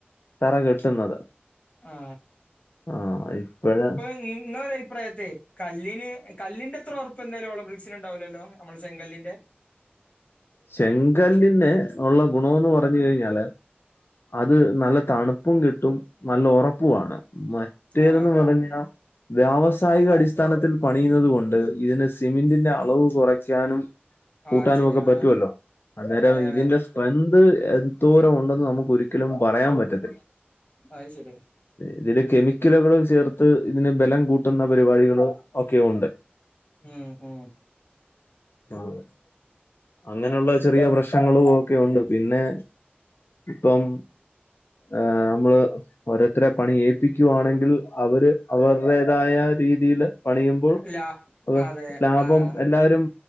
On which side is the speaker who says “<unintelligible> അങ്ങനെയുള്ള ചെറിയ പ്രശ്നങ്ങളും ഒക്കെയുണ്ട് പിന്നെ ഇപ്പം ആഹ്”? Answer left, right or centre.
Left